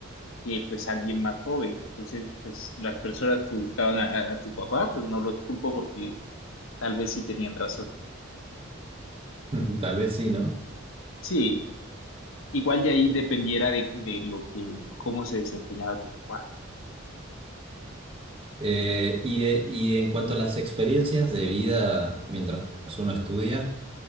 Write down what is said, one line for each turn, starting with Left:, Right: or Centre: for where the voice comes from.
Left: que pues alguien más joven. Entonces, pues las personas que buscaban a, a- a tu papá, pues no los culpo porque tal vez sí tenían razón.
Right: <laughs> Tal vez sí, ¿no?
Left: Sí. Igual de ahí dependiera de, de lo que, cómo se desempeñaba tu papá.
Right: Eh, y, de- y en cuanto a las experiencias de vida mientras uno estudia,